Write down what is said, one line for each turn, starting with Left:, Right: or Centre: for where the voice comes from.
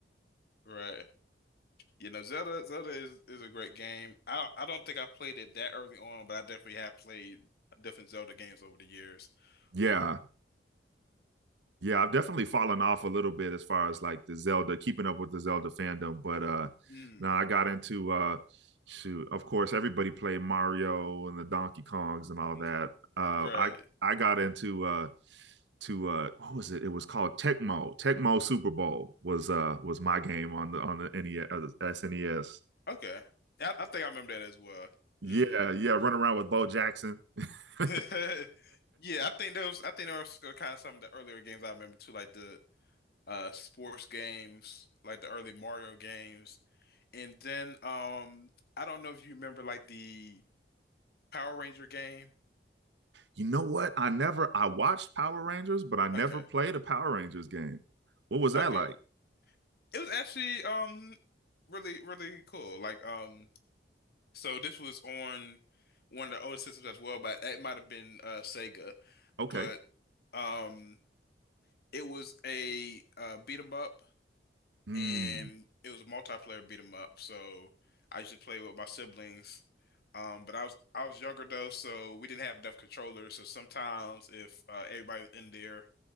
Left: Right. You know, Zelda Zelda is, is a great game. I I don't think I played it that early on, but I definitely have played different Zelda games over the years.
Right: Yeah,
Left: Uh,
Right: Yeah, I've definitely fallen off a little bit as far as like the Zelda, keeping up with the Zelda fandom. But uh
Left: mm,
Right: now I got into uh shoot, of course, everybody played Mario and the Donkey Kongs and all
Left: mm,
Right: that. Uh
Left: right.
Right: I I got into uh to uh what was it? It was called Tecmo. Tecmo Super Bowl was uh was my game on the on the NES uh, the SNES.
Left: Okay. I, I think I remember that as well.
Right: Yeah,
Left: hmm
Right: yeah, run around with Bo Jackson. <laughs>
Left: <laughs> Yeah, I think those I think those are kind of some of the earlier games I remember too, like the uh sports games, like the early Mario games. And then um I don't know if you remember like the Power Ranger game.
Right: you know what? I never I watched Power Rangers, but I never
Left: Okay.
Right: played a Power Rangers game. What was that
Left: Okay.
Right: like?
Left: It was actually um really really cool. Like um so this was on one of the older systems as well, but it might have been uh Sega. But
Right: Okay.
Left: um it was a uh beat 'em up
Right: Hmm.
Left: and it was a multiplayer beat 'em up. So I used to play with my siblings. Um but I was I was younger though, so we didn't have enough controllers. So sometimes if uh everybody's in there